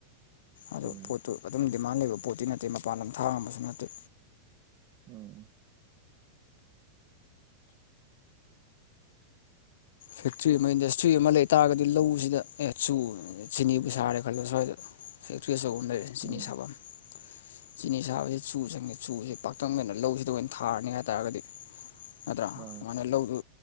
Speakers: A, on the left; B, on the right.
A: ꯑꯗꯣ
B: ꯍꯣꯏ
A: ꯄꯣꯠꯇꯨ ꯑꯗꯨꯝ ꯗꯤꯃꯥꯟ ꯂꯩꯕ ꯄꯣꯠꯇꯤ ꯅꯠꯇꯦ ꯃꯄꯥꯟ ꯂꯝ ꯊꯥꯔꯝꯕꯁꯨ ꯅꯠꯇꯦ
B: ꯎꯝ
A: ꯐꯦꯛꯇ꯭ꯔꯤ ꯑꯃ ꯏꯟꯗꯁꯇ꯭ꯔꯤ ꯑꯃ ꯂꯩꯇꯥꯥꯔꯒꯗꯤ ꯂꯧꯁꯤꯗ ꯑꯦ ꯆꯨ ꯆꯤꯅꯤꯕꯨ ꯁꯥꯔꯦ ꯈꯜꯂꯣ ꯁ꯭ꯋꯥꯏꯗ ꯐꯛꯇ꯭ꯔꯤ ꯑꯆꯧꯕ ꯑꯃ ꯂꯩꯔꯦ ꯆꯤꯅꯤ
B: ꯎꯝ
A: ꯁꯥꯕꯝ ꯆꯤꯅꯤ ꯁꯥꯕꯁꯤ ꯆꯨ ꯆꯪꯉꯦ ꯆꯨꯖꯦ ꯄꯥꯛꯇꯛꯅꯅ ꯂꯧꯖꯤꯗ ꯑꯣꯏꯅ ꯊꯥꯔꯅꯤ ꯍꯥꯏꯇꯥꯔꯒꯗꯤ ꯅꯠꯇ꯭ꯔ
B: ꯃꯥ
A: ꯩꯅ ꯂꯧꯗꯨ